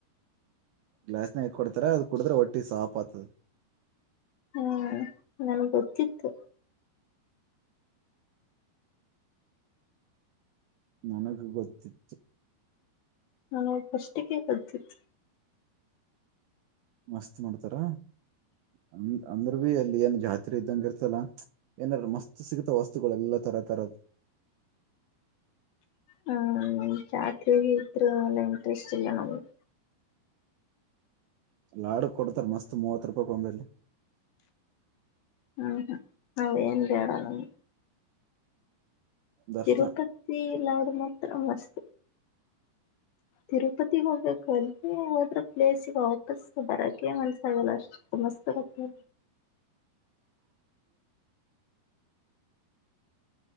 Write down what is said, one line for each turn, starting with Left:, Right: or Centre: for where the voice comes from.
Right: ಗ್ಲಾಸನಾಗ್ ಹಾಕ್ ಕೊಡ್ತಾರ ಅದು ಕುಡದ್ರೆ ಒಟ್ಟಿ ಸಾಪಾತದ.
Left: ಹಾ ನನ್ಗ್ ಗೊತ್ತಿತ್ತು.
Right: ನನಗ ಗೊತ್ತಿತ್ತು.
Left: ನನಗ್ ಫಸ್ಟ್ ಗೆ ಗೊತ್ತಿತ್ತು.
Right: ಮಸ್ತ್ ಮಾಡ್ತಾರ ಅಂದ ಅಂದ್ರ ಭ ಅಲ್ಲಿ ಏನ್ ಜಾತ್ರೆ ಇದ್ದಂಗ ಇರ್ತಲ್ಲಾ ಏನಾರ ಮಸ್ತ್ ಸಿಗತ ವಸ್ತುಗಳೆಲ್ಲಾ ತರ ತರದ.
Left: ಹ್ಮ್ ಜಾತ್ರೆ ಗಿತ್ರೆ ಎಲ್ಲ ಇಂಟ್ರೆಸ್ಟ್ ಇಲ್ಲಾ ನಮಗೆ.
Right: ಲಾಡು ಕೊಡ್ತಾರ ಮಸ್ತ್ ಮೂವತ್ ರೂಪಾಯ ಕೊ ಒಂದಲ್ಲಿ
Left: ಹ್ಮ್ ಹ್ಮ್ ಅವೆನ್ ಬ್ಯಾಡ ನಮಗ.
Right: ದರ್ಶನ
Left: ತಿರುಪತ್ತಿ ಲಾ ಮಾತ್ರ ಮಸ್ತ್ ತಿರುಪತಿಗ್ ಹೋಗ್ಬೇಕು ಅಲ್ಲಿ ಹೊದ್ರ ಪ್ಲೇಸ್ಗೆ ವಾಪಸ್ ಬರಕ್ಕೆ ಮನ್ಸಾಗಲ್ಲ ಅಷ್ಟ ಮಸ್ತ್ ಗತ್ತ.
Right: <unintelligible>